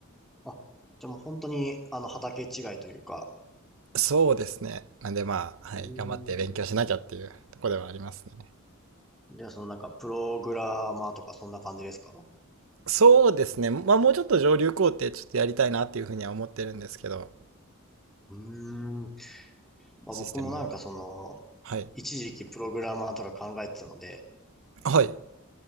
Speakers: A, in the centre; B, on the right (about 65°).
A: あ、じゃあもう本当に、あの、畑違いというか。
B: そうですね。なんで、まあ、はい、
A: うー
B: 頑張って勉強しなきゃっていうところではありますね。
A: んじゃあ、そのなんか、プログラマーとかそんな感じですか
B: そうですね。まあ、もうちょっと上流工程ちょっとやりたいなっていうふうには思ってるんですけど、
A: うーん。まあ僕もなんかその、
B: システム。はい。
A: 一時期プログラマーとか考えてたので、
B: はい。